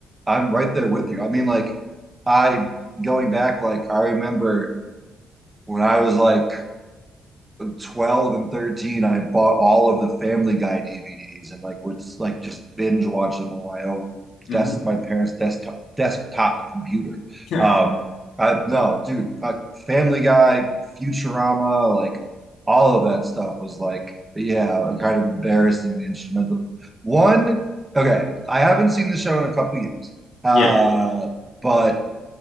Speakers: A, on the right (about 15°); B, on the left (about 75°).
A: I'm right there with you. I mean, like, I going back, like, I remember when I was like 12 and 13 i bought all of the family guy dvds and like would like just binge watch them on my own
B: hmm
A: desk my parents desktop desktop computer
B: Yeah.
A: um i no dude uh, family guy futurama like all of that stuff was like yeah kind of embarrassing the instrumental one okay i haven't seen the show in a couple years uh
B: Yeah.
A: but